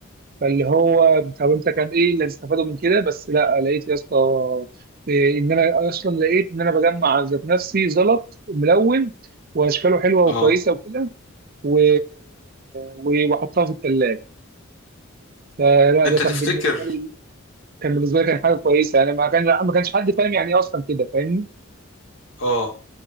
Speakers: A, on the right; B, on the left.
A: فاللي هو طب انت كان ايه اللي هتستفاده من كده بس لا لقيت يا اسطى إيه، ان انا اصلا لقيت ان انا بجمع ذات نفسي زلط ملون واشكاله حلوه وكويسه
B: اه
A: وكده و... و- واحطها في الثلاجه فلا
B: أنت
A: ده كان
B: تفتكر
A: بالنسبه لي كان بالنسبه لي كان حاجه كويسه يعني ما كان ما كانش حد فاهم يعني ايه اصلا كده فاهمني
B: اه